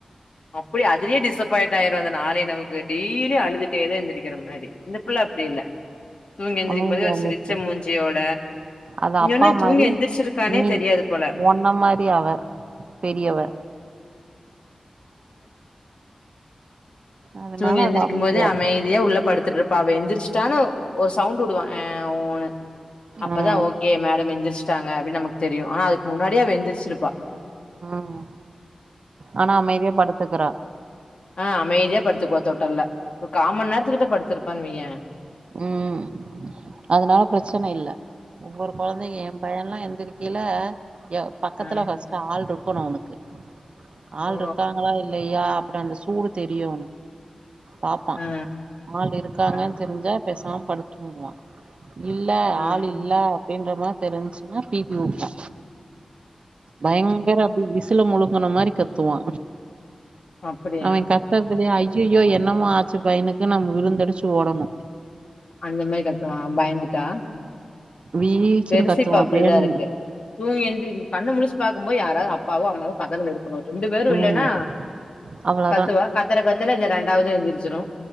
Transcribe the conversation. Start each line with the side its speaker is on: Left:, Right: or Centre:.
Left: அப்டியே அதுலயே டிசன் போயிட்ட ஆயிரு அதுனாலே நமக் டெய்லு அழுதுட்டே தா எந்திரிக் கிற மாரி இந்த புள்ள அப்டி இல்ல தூங்கி எழுந்திரிக்
Right: அமைதியா
Left: போதே ஒரு
Right: இருந்துச்சு
Left: சிரிச்ச மூஞ்சியோட
Right: அது
Left: இங்க
Right: அப்பா
Left: ஒன்னு தூங்கி
Right: மாரி
Left: எந்திரிச்சிருக்கானே
Right: நீ
Left: தெரியாது போல
Right: ஒன்ன மாரி அவ பெரியவ அதனால
Left: தூங்கி எந்திரிக்கும்
Right: அது
Left: போதே
Right: இருக்கு
Left: அமைதியா உள்ள படுத்துட்டுருப் பா அவ எந்திரிச்சுட்டான்னு ஒரு சவுண்ட் உடுவா ஆ ஊனு அப்பதா
Right: ம்
Left: ஓகே மேடம் எந்திரிச் டாங்க அப்டினு நமக்கு தெரியு ஆனா அதுக்கு முன்னாடியே அவ எந்திரிச்சிருப்பா
Right: ம் ஆனா அமைதியா படுத்துக்குறா
Left: அ அமைதியா படுத் துக்கு வா தொட்டில்ல ஒரு காமண் நேரத்து கிட்ட படுத்திருப்பானு வையேன்
Right: ம் அதுனால பிரச்சனை இல்ல ஒவ்வொரு கொழந் அ என் பையல்லா எந்திருக்கேல எ பக்கத்துல
Left: ஆ
Right: ஃபஸ்ட் ஆள் இருக்கு குணு அவனுக்கு ஆள்
Left: ஓ
Right: இருக்காங்களா இல் இல்லையா அப்ட அந்த சூடு தெரியு பாப்பா
Left: ஆ
Right: ஆள் இருக்காங்கன்னு
Left: ஆ
Right: தெரிஞ்சா பேசாம படுத்து தூங்குவா இல்ல
Left: ஆ
Right: ஆள் இல்ல அப்டின்ற மாதிரி தெரிஞ்சச்சுன்னா பிபி ஊதுவா பயங்கர அப்டி வீஸ் விசில முழுங்கன மாரி கத்துவா
Left: அப்டியா
Right: அவெ கத்துறதுலயே ஐ ஐயயோ என்னமோ ஆச்சு பையனுக்கு நம்ம விருந்தடிச்சு ஓடணு
Left: அந்த மாதிரி கத் ஆ பயந்துட்டா
Right: வீச்சுன்னு
Left: பெருசு
Right: கத்துவான்
Left: இப்ப அப்படிதா
Right: வேணும்னு
Left: இருக்கு தூங்கி எழுந்த் கண்ண முழிச் பாக்கும் போது யாராவது பாவோ அம்மாவு பக்கத்துல இருக்கணு ரெண்டு பேரு
Right: ம்
Left: இல்லன்னா
Right: அவ்வளோதான்
Left: கத்துவா கத்துற கத்துல இந்த ரெண்டு அதாது எந்துறுச்சு சுரு